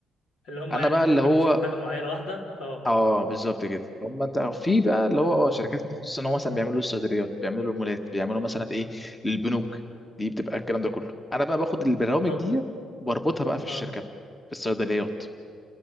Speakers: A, on the left; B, on the left.
A: اللي هم
B: انا
A: يعني
B: بقى
A: هم
B: اللي
A: مركزين
B: هو
A: في حاجة معينة واحدة اه
B: اه بالظبط كده هم انت في بقى اللي هو اه شركات متخصصه ان هو مثلا بيعملوا الصيدليات بيعملوا المولات بيعملوا مثلا ايه للبنوك دي بتبقى الكلام ده كله انا بقى باخد البرامج
A: طب
B: ديت واربطها بقى في الشركه
A: اه
B: في الصيدليات